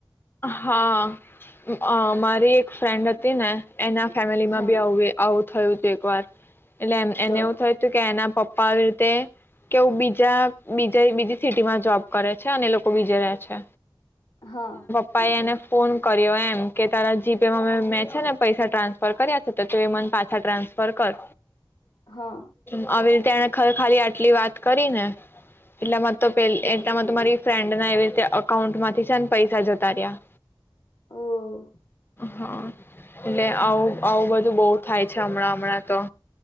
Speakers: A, on the left; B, on the left.
A: હા મારી એક ફ્રેન્ડ હતી ને એના ફેમિલીમાં
B: હા
A: બી આવું થયું હતું એક વાર એટલે એને
B: તો
A: એવું થયું હતું કે એના પપ્પા તે કેવું બીજા બીજા બીજી સિટી માં જોબ કરે છે અને લોકો બીજે રહે છે
B: હા
A: પાય
B: ઓકે
A: એને ફોન કર્યો એમ કે તારા જીપેમાં મેં છે ને પૈસા ટ્રાન્સફર કર્યા છે, તો તું એ મને પાછા ટ્રાન્સફર કર.
B: હા
A: આવે તેણે ખરે ખાલી આટલી વાત કરી ને, એટલામાં તો પે એટલામાં તો મારી ફ્રેન્ડ ના એવી રીતે અકાઉન્ટ માંથી છે ને પૈસા જ તાર્યા.
B: ઓ!
A: હા, એટલે આવું આવું બધું બહુ થાય છે હમણાં હમણાં તો.